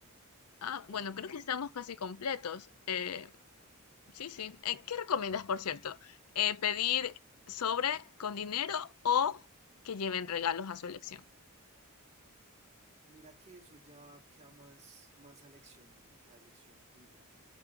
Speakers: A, on the left; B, on the right.
A: Ah,
B: Eh,
A: bueno, creo que estamos casi completos. Eh, sí, sí. Eh, ¿qué recomiendas, por cierto? Eh, ¿pedir sobre con dinero o que lleven regalos a su elección?
B: mira que eso ya queda más, más a elección, a elección tuya,